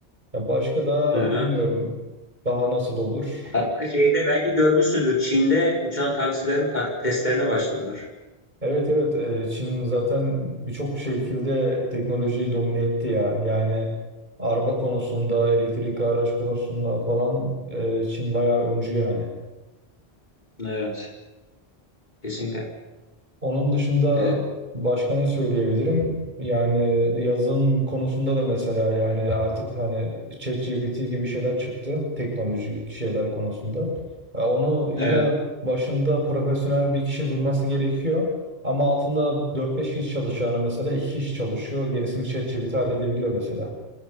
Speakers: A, on the right; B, on the left.
A: Ya başka da
B: Hı hı.
A: bilmiyorum daha nasıl olur.
B: Hatta Şeyde belki görmüşsündür. Çin'de uçan taksilerin ta- testlerine başladılar.
A: Evet evet e, Çin zaten birçok şekilde teknolojiyi domine etti ya. Yani araba konusunda, elektrikli araç konusunda falan e, Çin bayağı öncü yani.
B: evet kesinlikle.
A: Onun dışında
B: Ee,
A: başka ne söyleyebilirim? Yani yazın konusunda da mesela yani artık hani ChatGPT gibi şeyler çıktı teknolojik şeyler konusunda. E, Onu yine
B: Evet,
A: başında profesyonel bir kişi durması gerekiyor. Ama altında 4-5 kişi çalışacağına mesela 2 kişi çalışıyor. Gerisini ChatGPT halledebiliyor mesela.